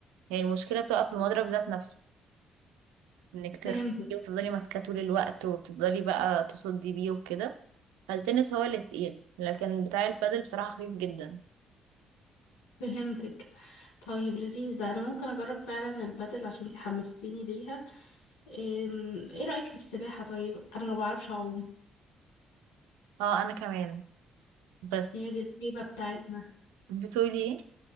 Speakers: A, on the right (about 80°); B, on the left (about 80°).
A: هي المشكلة بتبقى في المضرب ذات نفسه إنك ترفعي
B: فهمتك
A: وتفضلي ماسكاه طول الوقت وتفضلي بقى تصدي بيه وكده فالتنس هو اللي تقيل لكن بتاع البادل بصراحة خفيف جدا
B: فهمتك طيب لذيذ ده أنا ممكن أجرب فعلا البدل عشان انتي حمستيني ليها أم، ايه رأيك في السباحة طيب أنا ما بعرفش أعوم
A: اه انا كمان بس
B: هي دي الخيبة بتاعتنا
A: بتقولي ايه